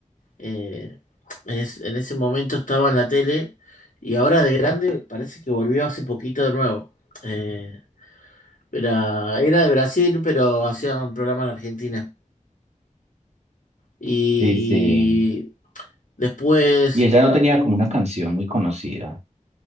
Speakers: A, on the left; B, on the right.
A: Eh, en, es- en ese momento estaba en la tele y ahora de grande parece que volvió hace poquito de nuevo. Eh, era, era de Brasil, pero hacía un programa en Argentina. Y
B: sí, sí.
A: después,
B: Y ella no tenía como una canción muy conocida.